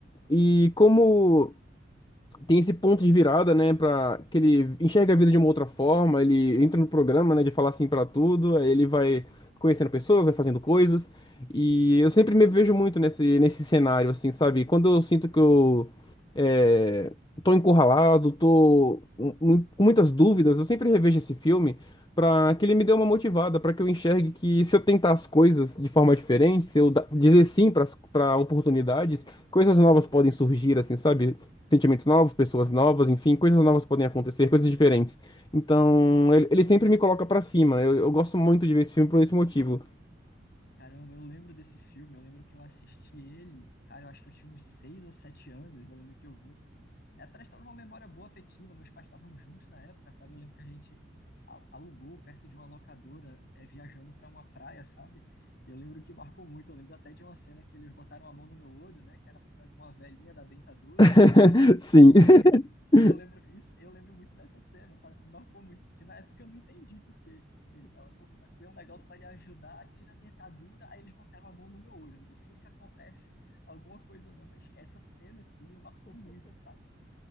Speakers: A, on the left; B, on the left.
A: E como tem esse ponto de virada, né, para que ele enxerga a vida de uma outra forma, ele entra no programa, né, de falar assim pra tudo, aí ele vai conhecendo pessoas, vai fazendo coisas, e eu sempre me vejo muito nesse nesse cenário assim, sabe? Quando eu sinto que eu é, tô encurralado, tô mu- mu- com muitas dúvidas, eu sempre revejo esse filme pra que ele me dê uma motivada, pra que eu enxergue que se eu tentar as coisas de forma diferente, se eu da- dizer sim para para oportunidades, coisas novas podem surgir, assim, sabe? sentimentos novos, pessoas novas, enfim, coisas novas podem acontecer, coisas diferentes. Então, ele, ele sempre me coloca pra cima. Eu, eu gosto muito de ver esse filme por esse motivo.
B: Caramba, eu lembro desse filme, eu lembro que eu assisti ele, cara, eu acho que eu tinha uns seis ou sete anos, eu lembro que eu vi. É, atrás estava uma memória boa afetiva, meus pais estavam juntos na época, sabe? Eu lembro que a gente a- alugou perto de uma locadora, é, viajando para uma praia, sabe? E eu lembro que marcou muito, eu lembro até de uma cena que eles botaram a mão no meu olho, né? Que era a cena de uma velhinha da dentadura,
A: <laughs> Sim.
B: e,
A: <laughs>
B: <laughs> e eu lembro isso, eu lembro muito dessa cena, sabe? Que marcou muito, porque na época eu não entendi, porque ele- ela foi fazer um negócio para lhe ajudar, tira a dentadura, aí eles botaram a mão no meu olho. Eu nem sei se acontece alguma coisa ou não, mas essa cena assim me marcou muito, sabe?